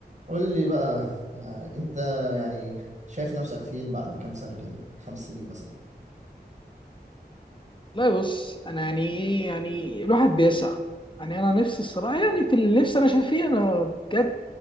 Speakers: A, on the right; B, on the left.
A: قول لي بقى آه، انت يعني شايف نفسك فين بعد كام سنة كده خمس سنين مثلا
B: لا بص انا يعني ايه يعني الواحد بيسعى يعني انا نفسي الصراحه يعني في اللي نفسي انا شايف فيه انا بجد